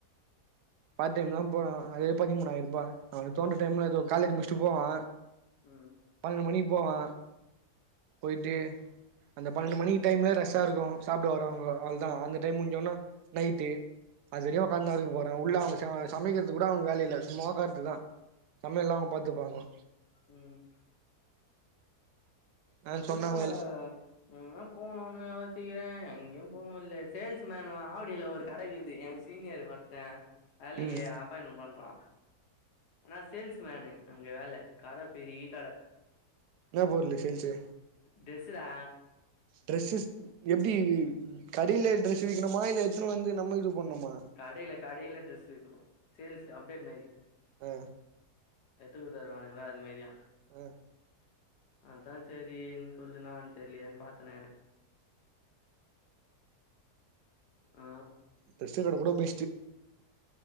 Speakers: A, on the right; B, on the left.
A: பார்ட் டைம்லா போறா அதா பதி மூணாயிர ரூபா அவனுக்கு தோன்ற டைம்ல காலேஜ் முடிச்சுட்டு போவா
B: ம்
A: பன்னெண்டு மணிக்கு போவா போயிட்டு அந்த பன்னெண்டு மணிக்கு டைம்ல ரெஸ்டா இருக்கு சாப்ட வரவங்களா அவ்ளோதா அந்த டைம் முஞ்சோன்னா நைட்டு அதுவரைக்கு ஒக்காந்து தா இருக்க போறா உள்ள அவங்க சமைக்கிறதுக்கு கூட அவங்க வேல இல்ல சும்மா ஒக்காருறதுதா சமையல்லா அவுங்க பாத்துப்பாங்க
B: ம்
A: ஆ
B: அதுன்ன
A: சொன்னாங்க
B: எங்கனா போகணும்னு யோசிக்கிறே எங்கேயு போ முல்ல சேல்ஸ் மேன்னு ஆவடியில ஒரு கட இக்குது சீனியர் மத்த வேலைக்கி
A: ம்
B: அப் னும் பண்றா ஆனா சேல்ஸ்மேனு அங்க வேல கட பெரிய கட
A: என்னா பொருளு சேல்ஸு
B: ட்ரெஸுடா
A: ட்ரெஸ்ஸஸ் எப்டி கடையில் ட்ரெஸு விக்கணுமா இல்ல எத்துனு வந்து நம்ம இது பண்ணணுமா
B: கடையில கடையில ட்ரெஸ் விக்கணு சேல்ஸ் அப்டேட் மாரி
A: ஆ
B: எத்துக்க தருவானுங்களா அது மாரியா
A: ஆ
B: அதா செரின்னு சொல்லிட்டு நா தெரியலயேனு பாத்துன்னுக்குறே அ
A: ட்ரெஸு கட கூட பெஸ்டு